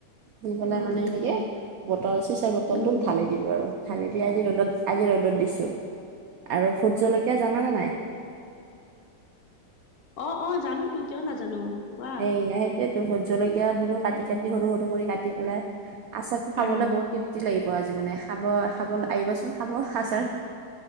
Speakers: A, on the right; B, on the left.
A: দি পেলাই
B: উম
A: মানে
B: উম
A: এনেকে
B: উম
A: বটল চিচাৰ বটলটোত
B: উম
A: ঢালি - দিলো আৰু ঢালিদি আজি ৰ'দত আজি ৰ'দত দিছো, আৰু ভূট জলকীয়া জানানে নাই?
B: অ অ জানো তো, কিয় নাজানো। কোৱা
A: এইয়া সেইটোৱেতো, ভূত জলকীয়া দিলো। কাটি
B: উম
A: কাটি সৰু সৰু কৰি কাটি পেলাই আচাঁৰ খাবলৈ
B: আহ
A: বহুত তৃপ প্তি লাগিব আজি মানে, খাব খাবলে আহিবাচোন খাব আচাৰ।